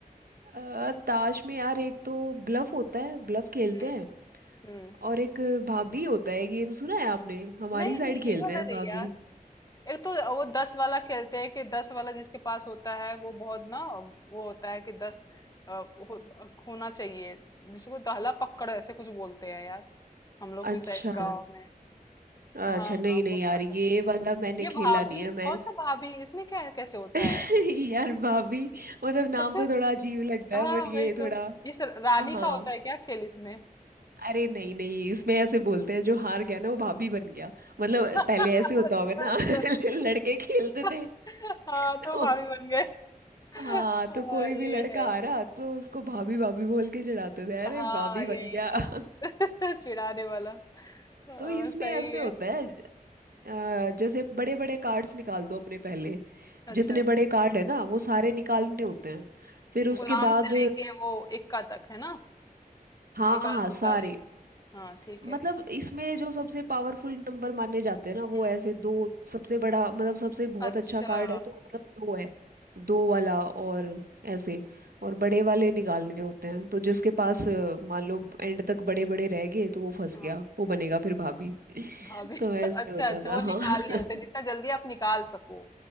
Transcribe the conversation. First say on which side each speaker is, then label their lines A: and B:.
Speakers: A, on the right; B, on the left.
A: अ, ताश में यार एक तो ब्लफ होता है ब्लफ खेलते
B: हम्म
A: हैं
B: हम्म।
A: और एक भाभी होता है गेम सुना है आपने हमारी
B: नहीं
A: साइड
B: नहीं
A: खेलते
B: ये वाला
A: हैं
B: नहीं
A: भाभी
B: यार एक तो वो दस वाला खेलते हैं कि दस वाला जिसके पास होता है वो बहुत ना वो होता है कि दस अ, हो, होना चाहिए जिसको दहला पकड़ ऐसे कुछ बोलते हैं यार हम लोग के
A: अच्छा
B: साइड गांव में
A: अच्छा
B: हाँ हाँ,
A: नहीं नहीं
B: वो
A: यार
B: वाला
A: ये वाला मैंने
B: ये
A: खेला
B: भाभी
A: नहीं है मैं
B: कौन सा भाभी इसमें क्या कैसे होता है
A: <laughs> यार भाभी मतलब नाम
B: <laughs>
A: तो थोड़ा अजीब लगता
B: हाँ
A: है बट ये
B: वही
A: थोड़ा
B: तो इस रानी
A: हाँ
B: का होता है क्या खेल इसमें <laughs>
A: अरे नहीं नहीं इसमें ऐसे बोलते हैं जो हार गया ना वो भाभी बन गया मतलब
B: अच्छा
A: पहले ऐसे होता होगा
B: अच्छा
A: ना <laughs> लड़के खेलते थे
B: <laughs> हाँ
A: तो
B: तो भाभी बन गए हाँ
A: हाँ तो कोई भी
B: ये
A: लड़का
B: है
A: आ रहा तो उसको भाभी भाभी बोल के चिढ़ाते थे अरे
B: हाँ
A: भाभी
B: ये
A: बन गया <laughs>
B: <laughs> ये। चिढ़ाने वाला हाँ,
A: तो इसमें
B: सही
A: ऐसे
B: है
A: होता है अ, जैसे बड़े बड़े कार्ड्स निकाल दो अपने पहले
B: अच्छा
A: जितने बड़े कार्ड है ना वो सारे निकालने होते हैं फिर उसके
B: गुलाम
A: बाद
B: से लेके वो इक्का तक है ना
A: हाँ
B: निकाल
A: हाँ
B: दो
A: सारे
B: सारे हाँ ठीक
A: मतलब
B: है
A: इसमें जो सबसे पावरफुल नंबर माने जाते हैं ना वो
B: हम्म हम्म।
A: ऐसे दो सबसे बड़ा मतलब सबसे बहुत
B: अच्छा
A: अच्छा कार्ड है तो मतलब दो है दो वाला
B: हाँ
A: और ऐसे और बड़े वाले निकालने होते हैं तो जिसके पास अ, मान लो एंड तक बड़े बड़े रह गए तो वो फंस
B: हाँ
A: गया वो बनेगा फिर भाभी <laughs>
B: भाभी <laughs>
A: तो ऐसे
B: अच्छा
A: होता
B: अच्छा
A: था
B: वो निकालने
A: हाँ <laughs>
B: होते हैं, जितना जल्दी आप निकाल सको